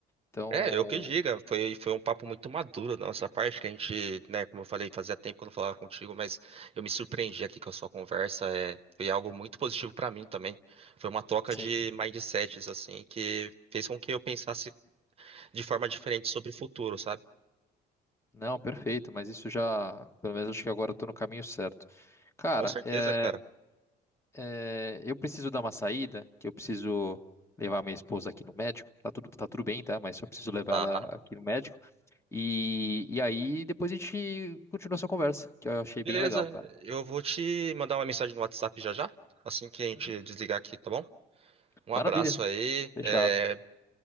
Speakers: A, on the left; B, on the right.
A: Então,
B: É, eu que diga, foi, foi um papo muito maduro da nossa parte, que a gente, né, como eu falei, fazia tempo que eu não falava contigo, mas eu me surpreendi aqui com a sua conversa, é, foi algo muito positivo pra mim também. Foi uma troca
A: sim.
B: de mindsets, assim, que fez com que eu pensasse de forma diferente sobre o futuro, sabe?
A: Não, perfeito, mas isso já, pelo menos acho que agora eu tô no caminho certo. Cara,
B: Com certeza,
A: é.
B: cara.
A: É, eu preciso dar uma saída, que eu preciso levar minha esposa aqui no médico. Tá tudo, tá tudo bem, tá? Mas só preciso levar
B: Tá.
A: ela aqui no médico. E, e aí depois a gente continua essa conversa, que eu achei bem
B: Beleza,
A: legal, cara.
B: eu vou te mandar uma mensagem no WhatsApp já já, assim que a gente
A: Uhum.
B: desligar aqui, tá bom? Um
A: Maravilha.
B: abraço aí,
A: Fechado.
B: é,